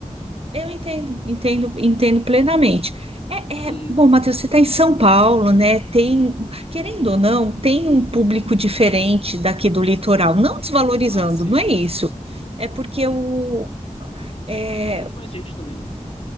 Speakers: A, on the right; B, on the left.
A: Eu entendo, entendo, entendo plenamente. É,
B: Uhum.
A: é- bom, Matheus, você está em São Paulo, né? Tem, querendo ou não, tem um público diferente daqui do litoral, não desvalorizando,
B: Ah, sim.
A: não é isso. É porque o, é,
B: Tem muito mais gente também, né?